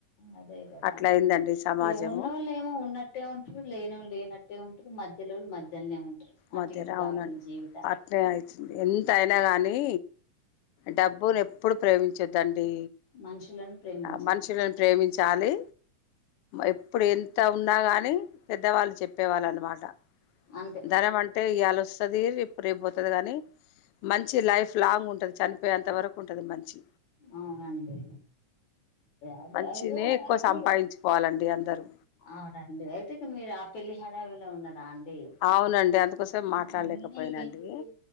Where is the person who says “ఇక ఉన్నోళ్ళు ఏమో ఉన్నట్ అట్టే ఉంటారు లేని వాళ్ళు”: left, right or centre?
Left